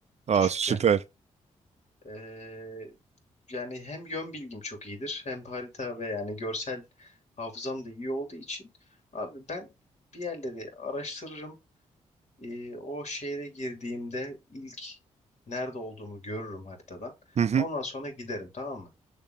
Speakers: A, on the right (about 50°); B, on the left (about 50°).
A: Aa
B: küçükken.
A: süper.
B: Ee, yani hem yön bilgim çok iyidir hem harita ve yani görsel hafızam da iyi olduğu için abi ben bir yerleri araştırırım. Ee, o şehre girdiğimde ilk nerede olduğumu görürüm haritadan.
A: <laughs>
B: Ondan sonra giderim tamam mı?